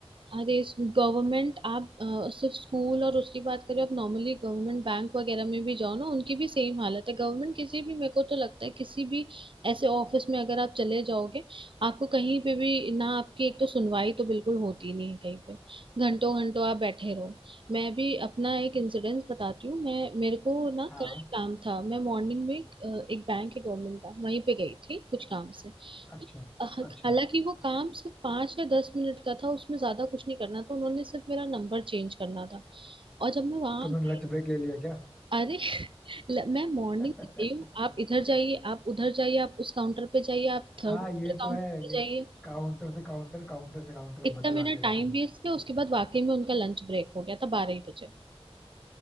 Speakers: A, on the right; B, in the centre.
A: अरे गवर्नमेंट आप अ, सिर्फ स्कूल और उसकी बात करें आप नॉर्मली गवर्नमेंट बैंक वगैरह में भी जाओ ना उनकी भी सेम हालत है गवर्नमेंट किसी भी मेरे को तो लगता है किसी भी ऐसे ऑफिस में अगर आप चले जाओगे आपको कहीं पे भी ना आपकी एक तो सुनवाई तो बिल्कुल होती नहीं है कहीं पे घंटों घंटों आप बैठे रहो मैं भी अपना एक इंसिडेंस बताती हूँ मैं मेरे को ना
B: हाँ
A: कल काम था मैं मॉर्निंग में अ, एक बैंक है गवर्नमेंट बैंक वहीं पे गई थी कुछ काम से
B: अच्छा
A: हालांकि
B: अच्छा
A: वो काम सिर्फ पाँच या दस मिनट का था उसमें ज्यादा कुछ नहीं करना था उन्होंने सिर्फ मेरा नंबर चेंज करना था और जब मैं वहां
B: तुमने
A: गई
B: लंच ब्रेक ले लिया क्या
A: अरे <laughs> ल- मैं मॉर्निंग
B: <laughs>
A: में गई हूँ आप इधर जाइए आप उधर जाइए आप उस काउंटर पे जाइए आप थर्ड
B: हाँ
A: नंबर
B: ये
A: काउंटर
B: तो है
A: पे
B: ये
A: जाइए
B: काउंटर से काउंटर काउंटर से काउंटर
A: इतना
B: बदलवाते
A: मेरा
B: रहते
A: टाइम
B: हैं हमेशा।
A: वेस्ट किया उसके बाद वाकई में उनका लंच ब्रेक हो गया था बारह ही बजे